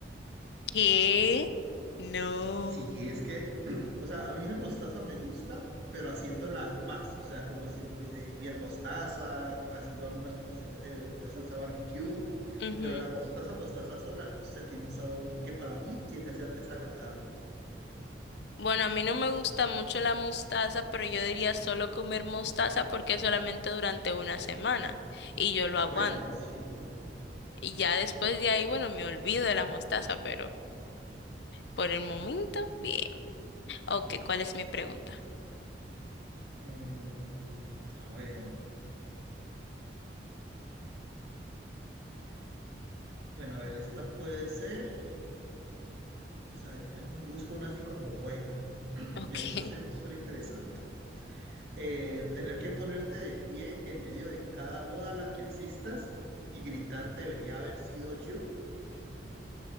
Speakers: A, on the left; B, on the right.
A: ¿Qué? No.
B: Sí, es que, <clears throat> o sea, a mí la mostaza me gusta, pero haciéndola más, o sea, como haciendo mi- eh, miel mostaza, haciendo algunas conversiones de, de salsa barbecue,
A: Ujú.
B: pero la mostaza, mostaza sola, no sé, tiene un sabor que para mí tiende a ser desagradable.
A: Bueno, a mí no me gusta mucho la mostaza, pero yo diría solo comer mostaza porque es solamente durante una semana y yo lo aguanto.
B: Bueno, sí.
A: Y ya después de ahí, bueno, me olvido de la mostaza, pero por el momento, bien. Ok, ¿cuál es mi pregunta?
B: Mm, a ver, bueno, a ver, esta puede ser, pues a ver, déjame- busco una así como buena.
A: Ok,
B: Esa sí me suena interesante. Eh, tener que ponerte de pie en medio de cada boda a la que asistas y gritar debería haber sido yo,